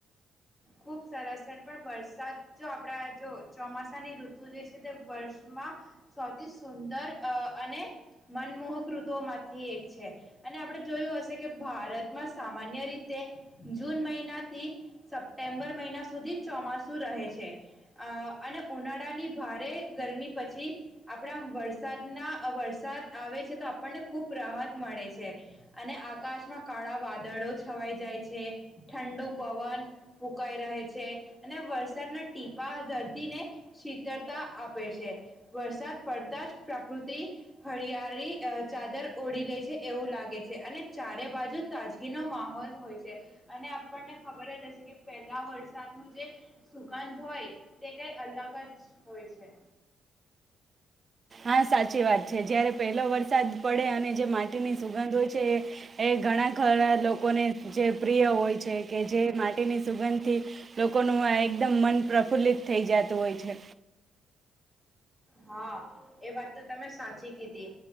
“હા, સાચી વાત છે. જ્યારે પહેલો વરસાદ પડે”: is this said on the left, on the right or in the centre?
Right